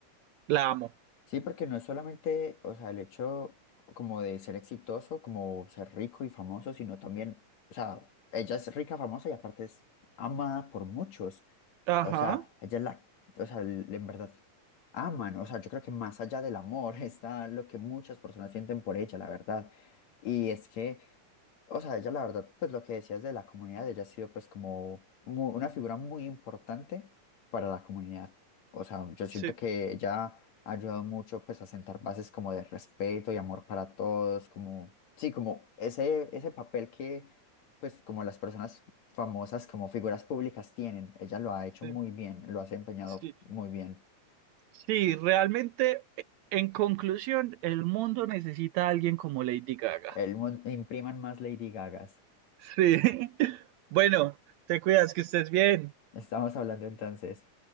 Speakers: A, on the right; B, on the left.
A: la amo.
B: Sí, porque no es solamente, o sea, el hecho como de ser exitoso, como ser rico y famoso, sino también, o sea, ella es rica, famosa y aparte es amada por muchos.
A: Ajá,
B: O sea, ella es la, o sea, el- en verdad aman, o sea, yo creo que más allá del amor <laughs> está lo que muchas personas sienten por ella, la verdad. Y es que, o sea, ella la verdad, pues lo que decías de la comunidad, ella ha sido pues como mu- una figura muy importante para la comunidad. O sea, yo siento
A: sí,
B: que ella ha ayudado mucho pues a sentar bases como de respeto y amor para todos, como, sí, como ese, ese papel que pues como las personas famosas como figuras públicas tienen. Ella lo ha hecho
A: sí,
B: muy bien, lo ha desempeñado
A: sí,
B: muy bien.
A: sí, realmente, en conclusión, el mundo necesita a alguien como Lady Gaga.
B: El, mon- impriman más Lady Gagas.
A: Sí. <laughs> Bueno, te cuidas, que estés bien.
B: Estamos hablando entonces.